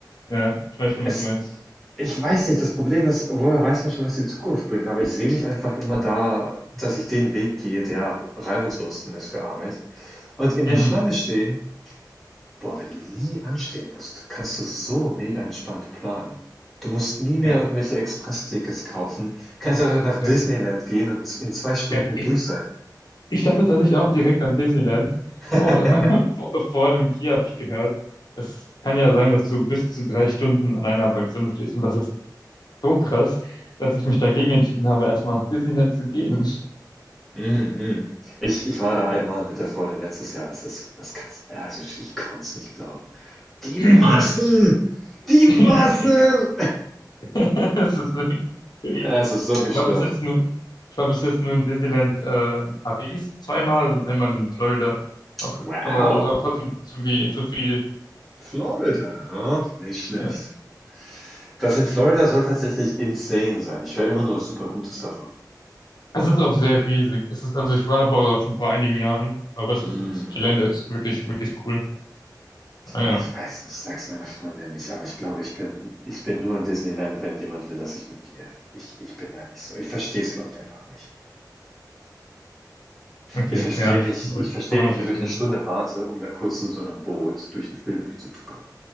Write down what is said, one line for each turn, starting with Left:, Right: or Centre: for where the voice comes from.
Left: Ja, ich weiß schon,
Centre: Es
Left: was du meinst.
Centre: ich weiß nicht, das Problem ist, woher weiß man schon, was die Zukunft bringt? Aber ich sehe mich einfach immer da, dass ich den Weg gehe, der am reibungslosesten ist für Arbeit. Und in
Left: Mhm.
Centre: der Schlange stehen Boah, wenn du nie anstehen musst, kannst du so mega entspannt planen. Du musst nie mehr
Left: Ja,
Centre: irgendwelche Expresstickets kaufen, kannst einfach nach
Left: ja.
Centre: Disneyland gehen und in zwei Stunden
Left: Ja, ich,
Centre: durch sein.
Left: ich dachte tatsächlich auch direkt an Disneyland.
Centre: <laughs>
Left: Vor, <clears throat> allem- <laughs> vor, vor allem hier habe ich gehört, es kann ja sein, dass du bis zu drei Stunden an einer Attraktion stehst und das ist so krass, dass ich mich dagegen entschieden habe, erstmal nach Disneyland zu gehen.
Centre: Mm, mm. Ich, ich war da einmal
Left: Weil,
Centre: mit der Freundin letztes Jahr. Es ist, das kannst, also ich, ich konnte es nicht glauben. Die
Left: <clears throat>
Centre: Massen!
Left: nee, ich,
Centre: Die
Left: <laughs>
Centre: Massen!
Left: es ist wirklich crazy.
Centre: Ja, Es ist so gestört.
Left: ich war bis jetzt nur, ich war bis jetzt nur in Disneyland äh, Paris zweimal und einmal in Florida. Auch,
Centre: Wow,
Left: aber es ist auch trotzdem zu viel, zu viel.
Centre: Florida, huh? Nicht schlecht.
Left: Ja.
Centre: Das in Florida soll tatsächlich insane sein. Ich höre immer nur super Gutes davon.
Left: Es ist auch sehr riesig. Es ist, also ich war aber auch schon vor einigen Jahren, aber es
Centre: Mm.
Left: ist, das Gelände ist wirklich, wirklich cool. Ah ja.
Centre: Ich weiß nicht, sag's meiner Freundin nicht, aber ich glaube, ich bin, ich bin nur in Disneyland, wenn jemand will, dass ich mitgehe. Ich, ich bin da nicht so. Ich verstehe es, glaube ich, einfach nicht.
Left: Okay,
Centre: Ich verstehe
Left: ja,
Centre: nicht,
Left: gut,
Centre: ich verstehe
Left: das kann man
Centre: nicht,
Left: auch verstehen.
Centre: wieso ich eine Stunde warte, um da kurz in so einem Boot durch den Film durchzutuckern.